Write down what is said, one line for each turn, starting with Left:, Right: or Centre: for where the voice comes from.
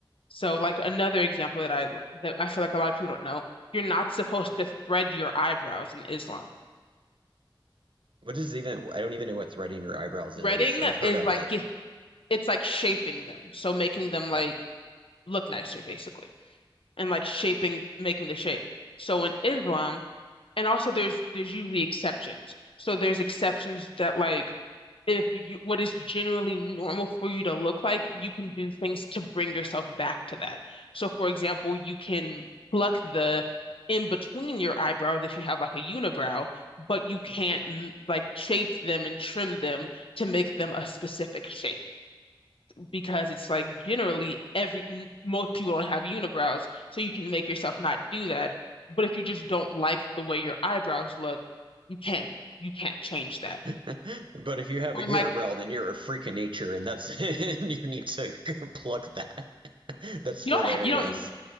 Left: So like another example that I that I feel like a lot of people don't know, you're not supposed to thread your eyebrows in Islam.
Right: What is even? I don't even know what threading your eyebrows is.
Left: Threading
Right: I've heard
Left: is
Right: of
Left: like
Right: it.
Left: it- it's like shaping them, so making them like
Right: Uh,
Left: look nicer basically, and like shaping, making the shape. So in Islam and also there's there's usually exceptions. So there's exceptions that like if you what is generally normal for you to look like, you can do things to bring yourself back to that. So for example, you can pluck the in between your eyebrows if you have like a unibrow, but you can't m- like shape them and trim them to make them a specific shape because it's like generally every m- most people don't have unibrows, so you can make yourself not do that. But if you just don't like the way your eyebrows look, you can't you can't change that.
Right: <laughs> But if you have
Left: Or
Right: a unibrow,
Left: like
Right: then you're a freak of nature, and that's <laughs> and you need to <laughs> pluck that. <laughs> That's
Left: you
Right: hilarious.
Left: don't ha- you don't